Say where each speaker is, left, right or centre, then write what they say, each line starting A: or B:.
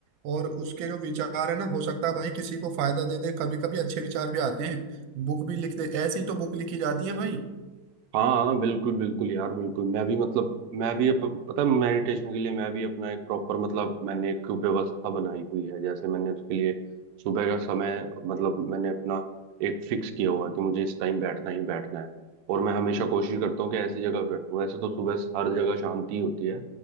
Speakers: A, on the right; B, on the right.
A: और उसके जो विचार है ना हो सकता है भाई किसी को फायदा दे दे कभी कभी अच्छे विचार भी आते हैं बुक भी लिख दे ऐसी तो बुक लिखी जाती है भाई
B: हाँ हाँ बिल्कुल बिल्कुल यार बिल्कुल मैं भी मतलब मैं भी अप, पता है मेडिटेशन के लिए मैं भी अपना एक प्रॉपर मतलब मैंने एक व्यवस्था बनाई हुई है जैसे मैंने उसके लिए सुबह का समय मतलब मैंने अपना एक फिक्स किया हुआ है कि मुझे इस टाइम बैठना ही बैठना है और मैं हमेशा कोशिश करता हूँ कि ऐसी जगह पे बैठूँ वैसे तो सुबह हर जगह शांति होती है